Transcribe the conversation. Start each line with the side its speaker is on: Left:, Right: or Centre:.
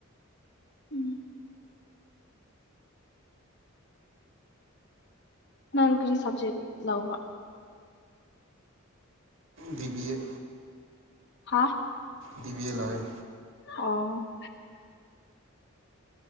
Left: ꯎꯝ ꯅꯪ ꯀꯔꯤ ꯁꯕꯖꯦꯛ ꯂꯧꯕ
Right: ꯕꯤꯕꯤ ꯑꯦ
Left: ꯍꯥ
Right: ꯕꯤꯕꯤ ꯑꯦꯜ ꯂꯣꯏꯔꯦ
Left: ꯑꯣ